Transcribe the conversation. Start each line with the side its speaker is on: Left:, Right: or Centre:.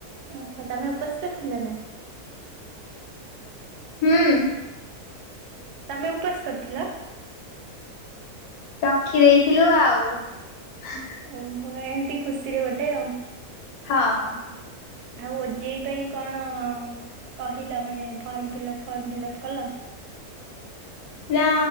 Right: ଓହୋ ତମେ ଓପାସ କରିଥିଲ ନା?
Left: ହୁଁ।
Right: ତମେ ଉପାସ କରିଥିଲ?
Left: ରଖି ଦେଇଥିଲୁ ଆଉ ହା-ହା।
Right: ଓହୋ ଏମତି ଖୁସିରେ ଗୋଟେ ଆଉ
Left: ହଁ।
Right: ଆଉ ଓଜେଇ ପାଇଁ କଣ କହିଲ ମାନେ ଫର୍ମ ଫିଲପ୍ ଫର୍ମ ଫିଲପ୍ କଲ?
Left: ନା